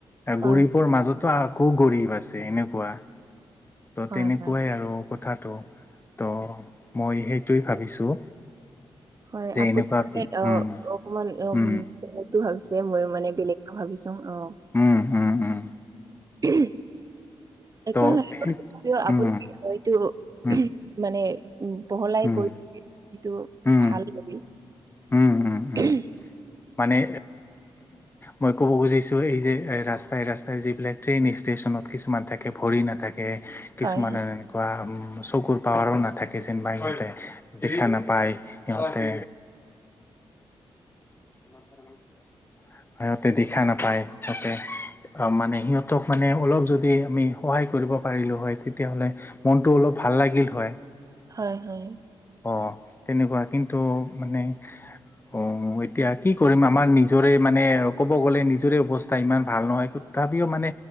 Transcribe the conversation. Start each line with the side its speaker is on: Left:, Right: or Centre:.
Right: হয়,
Left: গৰীবৰ মাজতো আকৌ গৰীব আছে এনেকুৱা। ত
Right: হয়,
Left: তেনেকুৱাই
Right: হয়,
Left: আৰু কথাটো ত মই সেইটোৱেই ভাবিছোঁ।
Right: হয়
Left: যে
Right: আপুনি
Left: এনেকুৱা
Right: মানে
Left: বি
Right: অ'
Left: উম
Right: অকমান বেলেগ
Left: উম
Right: ভাবিছে মই মানে বেলেগ ভাবিছো অ
Left: উম উম উম
Right: <unintelligible> একো
Left: ত'
Right: <unintelligible>
Left: সেই
Right: তথাপিও আপুনি
Left: উম
Right: হয়তটো
Left: উম
Right: <unintelligible> মানে উ বহলাই
Left: উম
Right: কৈছে সেইটো
Left: উম
Right: ভাল লাগে।
Left: উম উম
Right: <inaudible>
Left: উম মানে মই ক'ব খুজিছোঁ এই যে ৰাস্তাই ৰাস্তাই যিবিলাক ট্ৰেইন ষ্টেচ নট কিছুমান থাকে ভৰি নাথাকে কিছুমানে
Right: হয়, হয়,
Left: এনেকুৱা চকুৰ পাৱাৰো নাথাকে যেনিবা সিহঁতে <unintelligible> দেখা নাপায় সিহঁতে। <unintelligible> সিহঁতে দেখা নাপায় সিহঁতে <unintelligible> অ' মানে সিহঁতক মানে অলপ যদি আমি সহায় কৰিব পাৰিলোঁ হয় তেতিয়া হ'লে মনটো অলপ ভাল লাগিল হয়।
Right: হয় হয়।
Left: অ' তেনেকুৱা কিন্তু মানে অ' এতিয়া কি কৰিম আমাৰ নিজৰে মানে ক'ব গ'লে নিজৰে অৱস্থা ইমান ভাল নহয়। তথাপিও মানে